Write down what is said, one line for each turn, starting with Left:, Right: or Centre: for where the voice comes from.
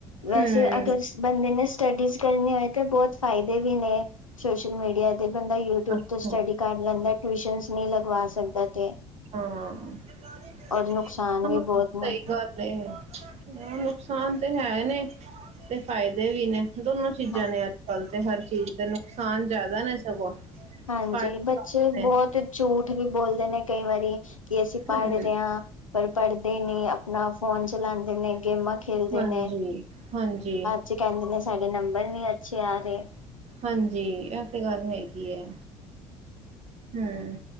Left: ਵੈਸੇ
Right: ਹਮ
Left: ਅਗਰ ਬੰਦੇ ਨੇ ਸਟੱਡੀਜ਼ ਕਰਨੀ ਹੋਏ, ਤਾਂ ਬਹੁਤ ਫ਼ਾਇਦੇ ਵੀ ਨੇ ਸੋਸ਼ਲ ਮੀਡੀਆ ਤੇ ਬੰਦਾ ਯੂਟਿਊਬ
Right: ਅੱਛਾ
Left: ਤੋਂ ਸਟੱਡੀ ਕਰ ਲੈਂਦਾ ਟਿਊਸ਼ਨਸ ਨਹੀਂ ਲਗਵਾ ਸਕਦਾ। ਤੇ
Right: ਹਾਂ, <inaudible>
Left: ਔਰ ਨੁਕਸਾਨ
Right: ਸਹੀ
Left: ਵੀ ਬਹੁਤ ਨਾ
Right: ਗੱਲ। ਤੇ <inaudible> ਨੁਕਸਾਨ ਤੇ <inaudible> ਹੈ ਨੇ ਤੇ ਫਾਇਦੇ ਵੀ ਨੇ ਦੋਨੋ ਚ ਚੀਜ਼ਾਂ
Left: ਹਾਂ
Right: ਨੇ ਅੱਜ ਕੱਲ ਤੇ ਹਰ ਚੀਜ਼ ਦਾ ਨੁਕਸਾਨ ਜ਼ਿਆਦਾ ਨੇ ਸਗੋਂ।
Left: ਹਾਂਜੀ,
Right: ਫਾਇਦੇ
Left: ਬੱਚੇ
Right: ਘੱਟ ਨੇ।
Left: ਬੋਤ ਝੂਠ ਵੀ ਬੋਲਦੇ ਨੇ ਕਈ ਵਾਰੀ ਕਿ ਅਸੀਂ ਪੜ੍ਹ
Right: ਹੂੰ,
Left: ਰਿਆ। ਪਰ ਪੜ੍ਹਦੇ ਨੀ ਆਪਣਾ ਫੋਨ ਚਲਾਉਂਦੇ ਨੇ, ਗੇਮਾਂ ਖੇਲਦੇ
Right: ਹਾਂਜੀ
Left: ਨੇ।
Right: ਹਾਂਜੀ।
Left: ਚੇ ਕਹਿੰਦੇ ਨੇ ਸਾਡੇ ਨੰਬਰ ਨੀ ਅੱਛੇ ਆ ਰਹੇ।
Right: ਹਾਂਜੀ ਇਹ ਤੇ ਗੱਲ ਹੈਗੀ ਹੈ। ਹਮ।